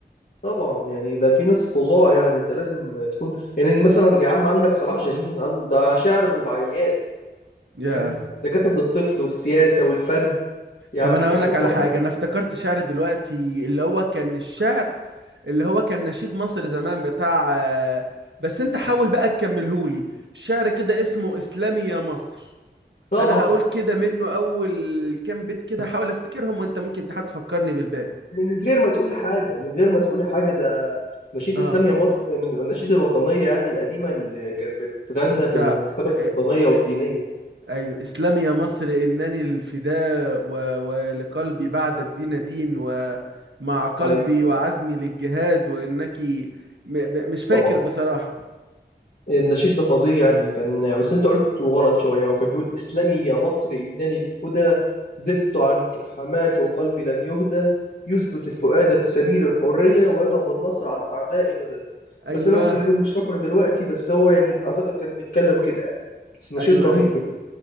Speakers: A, on the left (about 55°); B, on the right (about 80°).
A: طبعا يعني ده في ناس فظاع يعني انت لازم تكون يعني مثلا يا عم عندك صلاح جاهين عن- ده شاعر الرباعيات
B: يا
A: فاهمني دكاتره للطفل والسياسه والفن يعني
B: طب انا اقول
A: حاجات
B: لك على
A: رهيبه
B: حاجه انا افتكرت شعر دلوقتي اللي هو كان الشعر اللي هو كان نشيد مصر زمان بتاع آه، بس انت حاول بقى تكملهولي شعر كده اسمه اسلامي يا مصر
A: طبعا
B: انا هقول كده منه اول كام بيت كده حاول افتكرهم وانت ممكن تحاول تفكرني بالباقي
A: من غير ما تقول حاجه من غير ما تقولي حاجه ده نشيد
B: اه
A: اسلام يا مصر من الاناشيد الوطنيه يعني القديمه اللي كانت بتتغنى
B: بتاع
A: في المناسبات
B: إيه،
A: الوطنيه والدينيه
B: ايوه اسلامي يا مصر انني الفداء و... ولقلبي بعد الدين دين ومع قلبي
A: ايوه
B: وعزمي للجهاد وانك م... ب- مش فاكر
A: طبعا
B: بصراحة
A: النشيد ده فظيع يعني كان بس انت قلت غلط شوية وكان بيقول اسلمي يا مصر إنني الفدى زدت عن حماك وقلبي لن يهدى يثبت الفؤاد في سبيل الحرية ويدعو بالنصر على الأعداء ندى
B: ايوه
A: بس أنا ممكن أكون مش فاكره دلوقتي بس هو يعني أعتقد كان بيتكلم كده يعني بس نشيد
B: ايوه
A: رهيب
B: ايوه
A: يعني